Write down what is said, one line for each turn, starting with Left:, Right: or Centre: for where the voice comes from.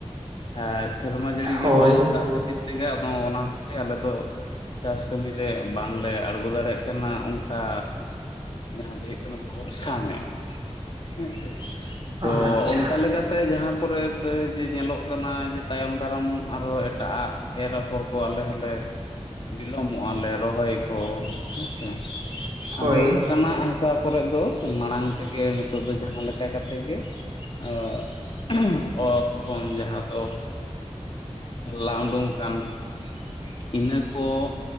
Left: ᱦᱮᱸ ᱥᱮᱨᱢᱟ ᱡᱟᱹᱲᱤ
Right: ᱦᱳᱭ
Left: ᱜᱮ ᱵᱟᱹᱱᱩᱜ ᱠᱟᱜ ᱠᱷᱟᱹᱛᱤᱨ ᱛᱮᱜᱮ ᱟᱫᱚ ᱚᱱᱟ ᱦᱟᱛᱮᱡ ᱛᱮ ᱟᱞᱮ ᱫᱚ ᱪᱟᱥ ᱠᱟᱹᱢᱤ ᱨᱮ ᱵᱟᱝᱞᱮ ᱟᱬᱜᱚ ᱫᱟᱲᱮᱭᱟᱜ ᱠᱟᱱᱟ ᱚᱝᱠᱟ ᱡᱟᱦᱟᱸ ᱫᱚ ᱦᱩᱭᱩᱜ ᱠᱟᱱᱟ᱾ ᱵᱷᱚᱨᱥᱟ ᱧᱚᱜ ᱦᱮᱸ ᱥᱮ ᱛᱚᱻ
Right: ᱟᱪᱪᱷᱟ
Left: ᱚᱱᱠᱟ ᱞᱮᱠᱟᱛᱮ ᱥᱮ ᱡᱟᱦᱟᱸ ᱠᱚᱨᱮ ᱡᱮ ᱧᱮᱞᱚᱜ ᱠᱟᱱᱟ᱾ ᱡᱮ ᱛᱟᱭᱚᱢ ᱫᱟᱨᱟᱢ ᱟᱨᱦᱚᱸ ᱮᱴᱟᱜᱼᱟᱜ ᱮᱨ ᱟᱯᱷᱚᱨ ᱠᱚ ᱟᱞᱮ ᱦᱚᱸᱞᱮ ᱵᱤᱞᱚᱢᱚᱜᱼᱟ᱾ ᱞᱮ ᱨᱚᱦᱚᱭ ᱠᱚ ᱦᱮᱸᱥᱮ
Right: ᱦᱳᱭ
Left: ᱟᱫᱚ ᱚᱱᱠᱟᱱᱟᱜ ᱛᱟᱨᱯᱚᱨᱮ ᱫᱚ ᱢᱟᱲᱟᱝ ᱛᱮᱜᱮ ᱱᱤᱛᱚᱜ ᱫᱚ ᱡᱟᱦᱟᱸ ᱞᱮᱠᱟ ᱠᱟᱛᱮᱫ ᱜᱮ ᱟᱸ ᱚᱛ ᱠᱷᱚᱱ ᱡᱟᱦᱟᱸ ᱫᱚ ᱞᱟ ᱩᱰᱩᱝ <unintelligible> ᱤᱱᱟᱹᱠᱚ